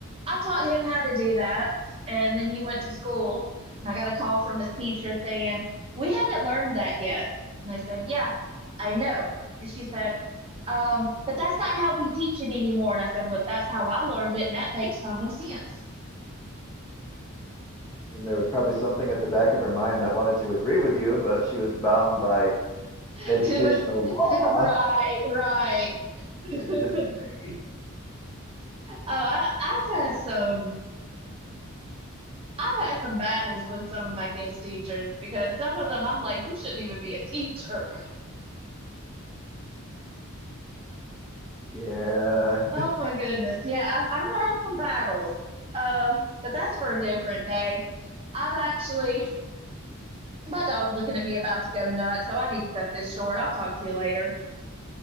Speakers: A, on the right; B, on the left.
A: I taught him how to do that, and then he went to school, and I got a call from his teacher saying, "We haven't learned that yet." And I said, "Yeah, I know." And she said, um, "But that's not how we teach it anymore." And I said, "Well, that's how I learned it, and that makes common sense."
B: And there was probably something at the back of her mind that wanted to agree with you, but she was bound by
A: <laughs>
B: educational law
A: Right, right. <laughs> Oh,
B: to disagree.
A: I, I've had some. I've had some battles with some of my kids' teachers because some of them I'm like, you shouldn't even be a teacher.
B: Yeah,
A: Oh my goodness. Yeah, I've I've had some battles. Uh, but that's for a different day. I've actually my dog's looking at me about to go nuts, so I need to cut this short. I'll talk to you later.